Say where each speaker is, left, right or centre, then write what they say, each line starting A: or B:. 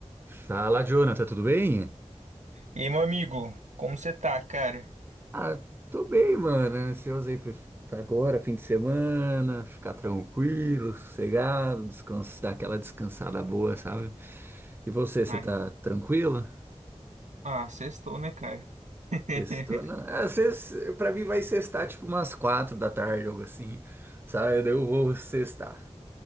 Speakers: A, on the right; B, on the right.
A: Fala, Jonathan, tudo bem?
B: E aí, meu amigo, como você tá, cara?
A: Ah, tô bem, mano. Ansioso aí pra pra agora, fim de semana, ficar tranquilo, sossegado, descansar, dar aquela descansada boa, sabe? E você, você
B: Ai,
A: tá tranquilo?
B: Ah, sextou, né, cara? <laughs>
A: Sextou? Não, é, sex- pra mim vai sextar tipo umas quatro da tarde, algo assim, sabe? Daí eu vou sextar.